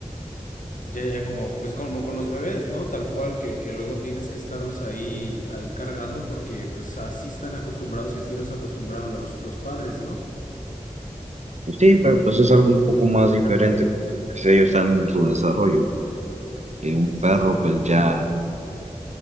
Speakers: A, on the left (about 75°); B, on the right (about 60°).
A: Ya, ya, como, pues como con los bebés, ¿no? Tal cual, que, que luego tienes que estarlos ahí, ahí cargando porque pues así están acostumbrados y así los acostumbraron los, los padres, ¿no?
B: Sí, pero pues es algo un poco más diferente porque pues, ellos están en su desarrollo. Y un
A: Sí,
B: perro
A: sí,
B: pues
A: sí.
B: ya